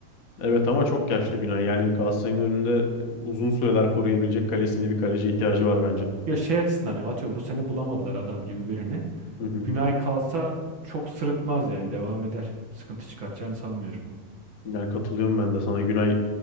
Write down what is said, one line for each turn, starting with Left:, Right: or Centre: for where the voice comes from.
Left: Evet ama çok yaşlı Günay. Yani Galatasaray'ın önünde uzun süreler koruyabilecek kalesini bir kaleci ihtiyacı var bence.
Right: Ya şey açısından diyorum, atıyorum bu sene bulamadılar adam gibi birini.
Left: Hı hı.
Right: Günay kalsa çok sırıtmaz yani devam eder. Sıkıntı çıkartacağını sanmıyorum.
Left: Yani katılıyorum ben de sana. Günay